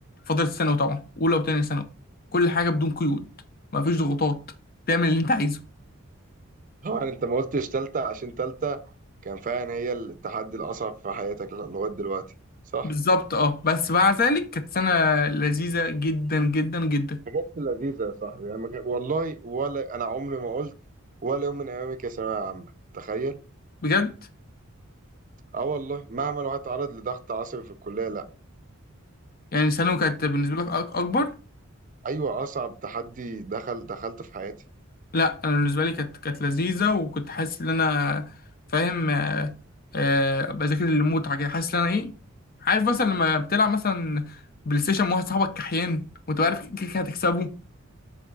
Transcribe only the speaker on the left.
فترة ثانوي طبعا اولى وتانية ثانوي كل حاجة بدون قيود مفيش ضغوطات تعمل اللي انت عايزه
بالظبط اه بس مع ذلك كانت سنة لذيذة جدا جدا جدا
بجد
يعني ثانوي كانت بالنسبة لك أك- أكبر؟
لا أنا بالنسبة لي كانت كانت لذيذة وكنت حاسس إن أنا فاهم آه، آه، بذاكر المتعة كده حاسس إن أنا إيه عارف مثلا لما بتلعب مثلا بلاي ستيشن مع واحد صاحبك كحيان وأنت عارف كده كده هتكسبه